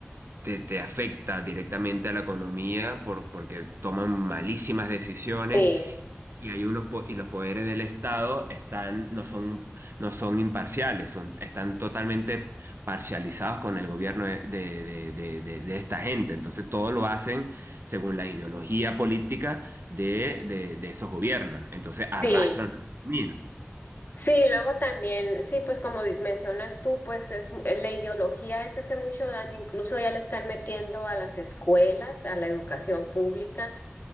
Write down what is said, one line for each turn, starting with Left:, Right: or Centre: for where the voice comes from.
Right: te, te afecta directamente a la economía por, porque toman malísimas decisiones
Left: sí,
Right: y hay unos po- y los poderes del Estado están, no son, no son imparciales, son, están totalmente parcializados con el gobierno de, de- de- de- de- de esta gente. Entonces todo lo hacen según la ideología política de, de- de esos gobiernos. Entonces arrastran.
Left: sí.
Right: Mira,
Left: Sí, luego también, sí, pues como di- mencionas tú, pues es mu- eh, la ideología es hace mucho daño, incluso ya le están metiendo a las escuelas, a la educación pública,